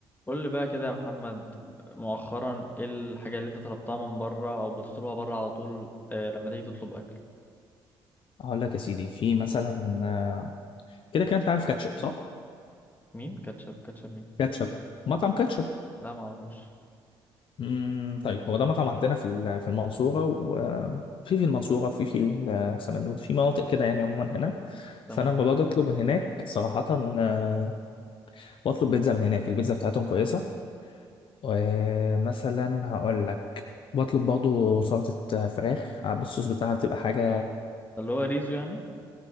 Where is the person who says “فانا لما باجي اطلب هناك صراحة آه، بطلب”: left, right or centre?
Left